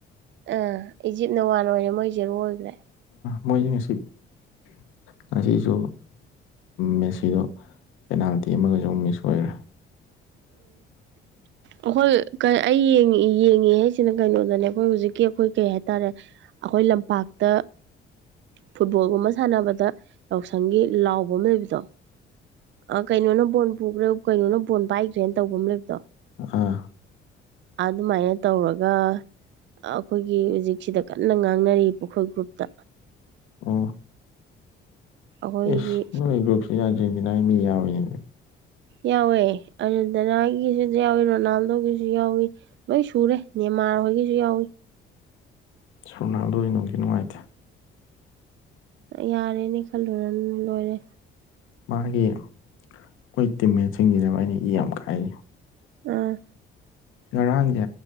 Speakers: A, on the right (about 65°); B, on the left (about 80°).
A: ꯑꯥ ꯏꯖꯤꯞꯅ ꯋꯥꯟ ꯑꯣꯏꯔꯦ ꯃꯣꯏꯁꯦ ꯑꯣꯢꯈ꯭ꯔꯦ
B: ꯃꯣꯏꯁꯤ ꯉꯁꯤ ꯉꯁꯤꯁꯨ ꯃꯦꯁꯤꯗꯣ ꯄꯦꯅꯥꯜꯇꯤ ꯑꯃꯒꯁꯨ ꯑꯃꯨꯛ ꯃꯤꯁ ꯑꯣꯏꯈ꯭ꯔꯦ
A: ꯑꯝ ꯑꯩꯈꯣꯏ ꯑꯩ ꯌꯦꯡꯉꯤ ꯍꯥꯏꯁꯤꯅ ꯀꯩꯅꯣꯗꯅꯦ ꯑꯩꯈꯣꯏ ꯍꯧꯖꯤꯛꯀꯤ ꯑꯩꯈꯣꯏ ꯀꯩ ꯍꯥꯏꯇꯥꯔꯦ ꯑꯩꯈꯣꯏ ꯂꯝꯄꯥꯛꯇ ꯐꯨꯠꯕꯣꯜꯒꯨꯝꯕ ꯁꯥꯟꯅꯕꯗ ꯌꯥꯎꯁꯪꯒꯤ ꯂꯥꯎꯕ ꯑꯃ ꯂꯩꯕꯗꯣ ꯑ ꯀꯩꯅꯣꯅ ꯕꯣꯟꯈ꯭ꯔꯦ ꯀꯩꯅꯣꯅ ꯕꯣꯟ ꯄꯥꯏꯈ꯭ꯔꯦꯅ ꯇꯧꯕ ꯑꯃ ꯂꯩꯕꯗꯣ
B: ꯑꯥ
A: ꯑꯗꯨꯃꯥꯏꯅ ꯇꯧꯔꯒ ꯑꯩꯈꯣꯏꯒꯤ ꯍꯧꯖꯤꯛꯁꯤꯗ ꯀꯟꯅ ꯉꯥꯡꯅꯔꯤ ꯄꯨꯈ꯭ꯔꯣꯏꯜ ꯒ꯭ꯔꯨꯞꯇ
B: ꯑꯣ
A: ꯑꯩꯈꯣꯏꯒꯤ
B: ꯑꯦꯁ ꯅꯣꯏ ꯭ꯔꯨꯞꯁꯦ ꯌꯥꯖꯤꯡꯁꯤꯅ ꯃꯤ ꯌꯥ ꯑꯣꯏ
A: ꯌꯥꯎꯋꯦ ꯑꯔꯟꯗꯅꯥꯒꯤꯁꯨ ꯌꯥꯎꯏ ꯔꯣꯅꯥꯜꯗꯣꯒꯤꯁꯨ ꯌꯥꯎꯏ ꯂꯣꯏ ꯁꯨꯔꯦ ꯅꯦꯃꯥꯔ ꯍꯣꯏꯒꯤꯁꯨ ꯌꯥꯎꯏ
B: ꯁꯣꯔꯅꯥꯗꯣ ꯅꯣꯒꯤ ꯅꯨꯡꯉꯥꯏꯇꯦ
A: ꯌꯥꯔꯦꯅꯦ ꯈꯜꯂꯨꯔ ꯂꯣꯏꯔꯦ
B: ꯃꯥꯒꯤ ꯑꯩꯈꯣꯏ ꯇꯤꯝꯃꯦꯟꯁꯤꯡꯁꯤꯅꯦꯕ ꯑꯩꯅ ꯏ ꯌꯥꯝ ꯀꯥꯏꯌꯦ
A: ꯑꯥ
B: ꯉꯔꯥꯡꯁꯦ